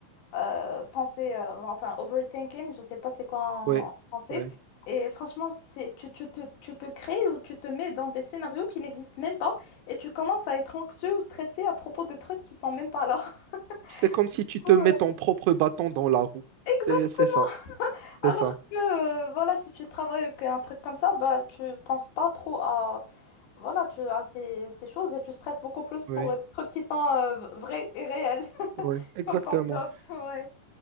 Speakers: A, on the left (about 85°); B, on the right (about 80°).
A: euh, pensée, euh, enfin overthinking, je sais pas c'est quoi en
B: ouais,
A: français.
B: ouais.
A: Et franchement, c'est tu, tu te, tu te crées ou tu te mets dans des scénarios qui n'existent même pas et tu commences à être anxieux ou stressé à propos de trucs qui sont même pas là. <laughs>
B: C'est comme si tu
A: Du coup,
B: te mets
A: euh,
B: ton propre bâton dans la roue.
A: exactement.
B: C'est c'est ça,
A: Alors
B: c'est ça.
A: que euh, voilà, si tu travailles ou qu'un truc comme ça, bah tu penses pas trop à voilà, tu à ces, ces choses et tu stresses beaucoup plus pour
B: Oui,
A: euh, des trucs qui sont euh, vrais et réels <laughs>
B: Oui, exactement.
A: comme ton job. <laughs> Ouais.